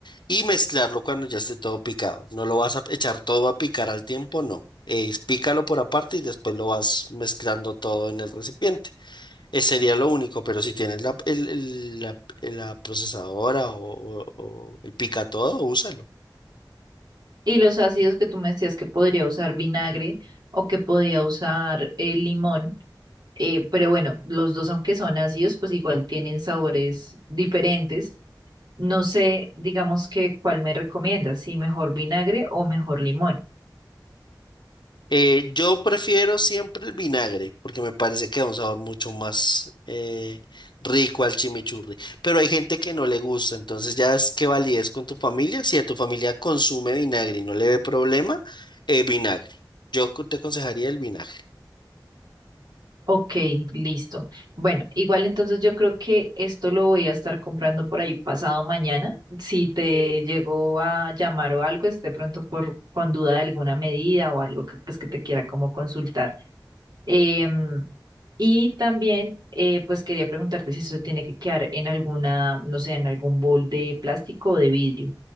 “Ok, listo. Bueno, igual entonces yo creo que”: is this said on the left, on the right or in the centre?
Right